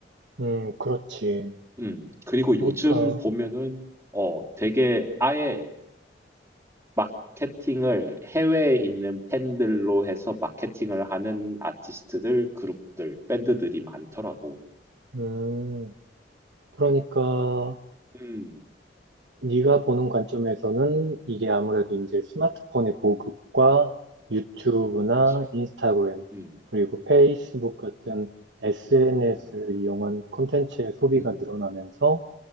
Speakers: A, on the right (about 75°); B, on the right (about 15°).
A: 음, 그렇지. 그렇지.
B: 음. 그리고 요즘
A: 그러니까,
B: 보면은 어 되게 아예 마케팅을 해외에 있는 팬들로 해서 마케팅을 하는 아티스트들, 그룹들, 밴드들이 많더라고.
A: 음, 그러니까,
B: 음.
A: 네가 보는 관점에서는 이게 아무래도 이제 스마트폰의 보급과
B: 음.
A: 유튜브나
B: 그치.
A: 인스타그램,
B: 음.
A: 그리고 페이스북 같은 SNS를
B: 음.
A: 이용한 콘텐츠의 소비가
B: 음.
A: 늘어나면서